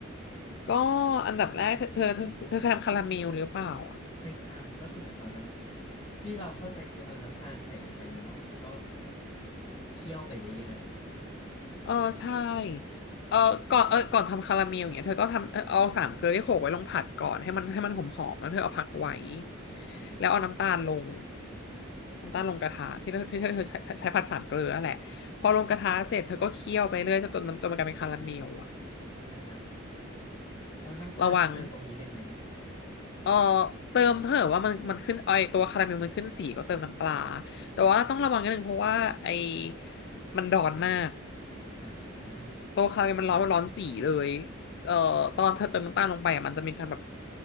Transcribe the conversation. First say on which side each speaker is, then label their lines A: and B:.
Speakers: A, on the left; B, on the left.
A: ก็อันดับแรกเธอเธอเธอเธอเคยทำคาราเมลหรือเปล่าอ่ะ
B: เคยทำก็คือเหมือนเอาน้ำที่เราเข้าใจคือเอาน้ำตาลใส่ลงไปในหม้อแล้วก็เคี่ยวไปเรื่อย
A: เออใช่เออก่อนเออก่อนทำคาราเมลอย่างเงี้ยเธอก็ทำเออเอาสามเกลือที่โขลกไว้ลงผัดก่อนให้มันให้มันหอมๆแล้วเธอเอาผักไว้
B: ๆอือฮึ
A: แล้วเอาน้ำตาลลงน้ำตาลลงกระทะที่เธอที่เธอเธอใช้ใช้ผัดสามเกลือนั่นแหละพอลงกระทะเสร็จเธอก็เคี่ยวไปเรื่อยจนจนมันจนมันกลายเป็นคาราเมลอะ
B: อ่าฮะแล้วน้ำปลาจะเติมตรงนี้เลยไหม
A: ระวังเออเติมเถอว่ามันมันขึ้นไอตัวคาราเมลมันขึ้นสีก็เติมน้ำปลาแต่ว่าต้องระวังนิดนึงเพราะว่าไอมันดอนมาก
B: อ่า
A: ตัวคาราเมลมันร้อนมันร้อนจี่เลยเอ่อตอนเธอเติมน้ำตาลลงไปอ่ะมันจะมีการแบบ